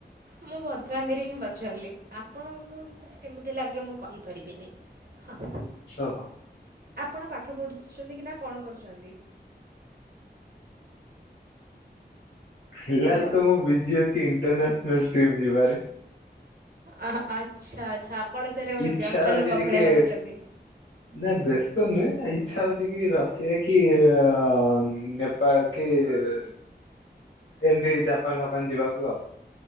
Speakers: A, on the right; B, on the left.
A: ମୁଁ ଭଦ୍ରାମୀରେ ହିଁ ପଚାରିଲି ଆପଣଙ୍କୁ କେମିତି ଲାଗେ ମୁଁ କହିପାରିବିନି ହଁ।
B: ଓ ହୋ,
A: ଆପଣ ପାଠ ପଢୁଛନ୍ତି କି ନା କଣ କରୁଛନ୍ତି?
B: ଫିଲାଲତ
A: ହ୍ୟାଲୋ।
B: ମୁଁ ବିଜି ଅଛି ଇଣ୍ଟରନ୍ୟାସନାଲ ଟ୍ରିପ ଯିବାରେ
A: ଆ ହା ଆଚ୍ଛା ଆଚ୍ଛା ଆପଣ ତାହେଲେ ଗୋଟେ
B: ଇଚ୍ଛା
A: ବ୍ୟସ୍ତ
B: ହଉଛି
A: ଲୋକ
B: ଟିକେ
A: ଭଳିଆ ଲାଗୁଛନ୍ତି।
B: ନା ବ୍ୟସ୍ତ ନୁହେଁ ଇଛା ହଉଛିକି ରଷିଆକି ଆ ନେପାଳକି ଆ ଏମିତି ଜାପାନ ଫାପାନ ଯିବାକୁ ଆଉ